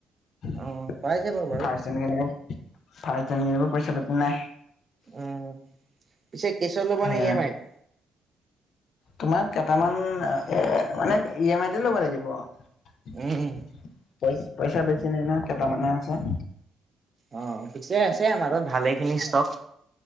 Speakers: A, on the left; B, on the right.
A: <unintelligible>
B: অ পাই যাবা বাৰু।
A: পইচা পাতি নাই।
B: উম, পিছে কেছত ল'বা
A: সেয়া
B: নে ই এম আইত?
A: তোমাৰ কেইটামান এ, মানে ই এম আইতে ল'ব লাগিব। পই-
B: উম
A: পইচা বেছি নাই ন'কেইটামানে আছে।
B: অ' পিছে আছে আমাৰত ভালে খিনি ষ্টক